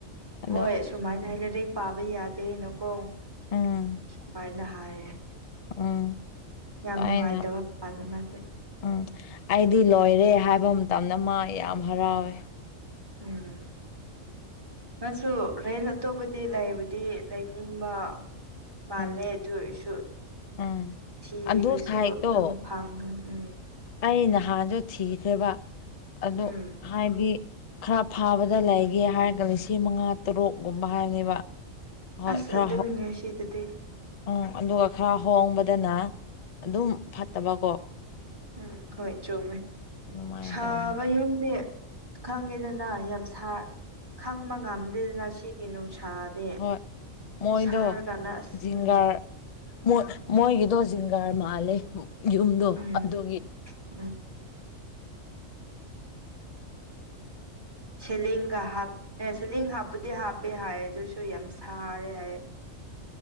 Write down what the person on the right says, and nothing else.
ꯍꯣꯏ ꯁꯨꯃꯥꯏꯅ ꯍꯥꯏ ꯂꯩꯔꯦꯛ ꯄꯥꯕ ꯌꯥꯗꯦꯅꯀꯣ
ꯁꯨꯃꯥꯏꯅ ꯍꯥꯏꯌꯦ꯫
ꯌꯥꯝ
ꯅꯨꯡꯉꯥꯏꯇꯕ ꯄꯥꯜꯅꯦ ꯃꯥꯁꯦ꯫
ꯎꯝ꯫ ꯃꯁꯨ ꯔꯦꯟ ꯑꯇꯣꯞꯄꯗꯤ ꯂꯩꯕꯗꯤ ꯂꯩꯅꯤꯡꯕ꯫ ꯃꯥꯜꯂꯦ
ꯑꯗꯨ ꯑꯣꯏꯔꯁꯨ
ꯊꯤꯕꯁꯨ
ꯑꯗꯨꯝ ꯐꯥꯡ ꯎꯝ
ꯎꯝ ꯎꯝ
ꯑꯁ
ꯑꯗꯨꯅꯦ
ꯁꯤꯗꯗꯤ
ꯎꯝ ꯍꯣꯏ ꯆꯨꯝꯃꯦ
ꯁꯥꯕ
ꯌꯨꯝꯗꯤ ꯈꯪꯉꯦꯗꯅ ꯌꯥꯝ ꯁꯥ ꯈꯪꯕ ꯉꯝꯗꯦꯗꯅ ꯁꯤꯒꯤ ꯅꯨꯡꯁꯥ ꯗꯦ
ꯁꯍꯔꯒꯥꯟꯗ ꯑꯁ
ꯎꯝ
ꯎꯝ
ꯎꯝ ꯁꯦꯂꯤꯡꯒ ꯍꯥꯞ ꯑꯦ ꯁꯦꯂꯤꯡ ꯍꯥꯞꯄꯨꯗꯤ ꯍꯥꯞꯄꯦ ꯍꯥꯏ ꯑꯗꯨꯁꯨ ꯌꯥꯝ ꯁꯥꯔꯦ ꯍꯥꯏꯌꯦ